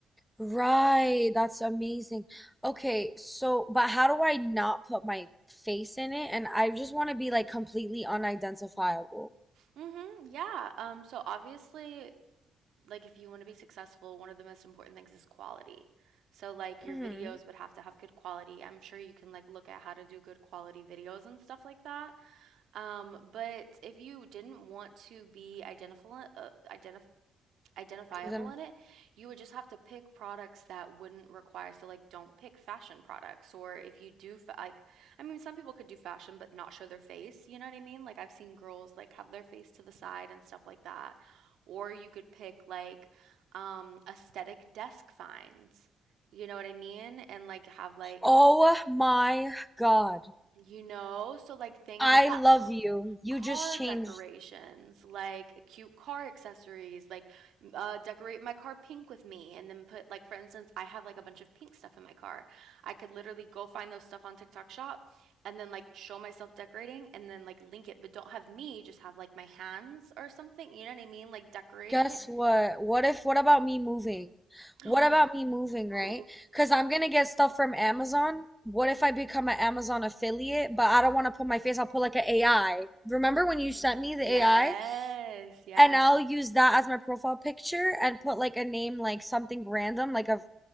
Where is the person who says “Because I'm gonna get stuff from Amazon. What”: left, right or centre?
Centre